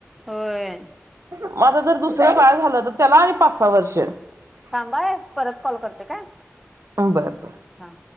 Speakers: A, in the centre; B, on the right (about 75°).
A: होय
B: मग आता जर दुसरं बाळ झालं तर त्याला आणि पाच सहा वर्ष
A: थांबाय परत कॉल करते काय
B: ह बर बर
A: हा